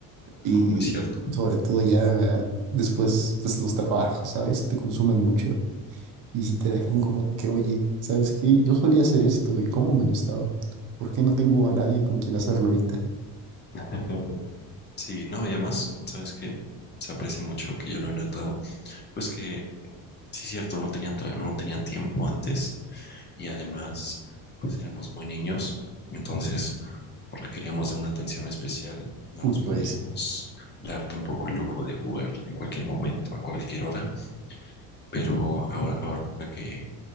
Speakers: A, on the left; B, on the right.
A: No,
B: y
A: muy cierto.
B: sobre todo ya después, pues los trabajos, ¿sabes? Te consumen mucho. Y si te dejan como que, oye, ¿sabes qué? Yo solía hacer esto y cómo me gustaba. ¿Por qué no tengo a nadie con quien hacerlo ahorita?
A: <laughs> Sí, no, y además, ¿sabes qué? Se aprecia mucho que yo lo he notado Pues que, sí, cierto, no tenían, tra- no tenían tiempo antes y además, pues éramos muy niños, entonces requeríamos de una atención especial, no
B: Justo
A: nos podíamos
B: eso.
A: dar tampoco el lujo de jugar en cualquier momento, a cualquier hora, pero ahora, ahora que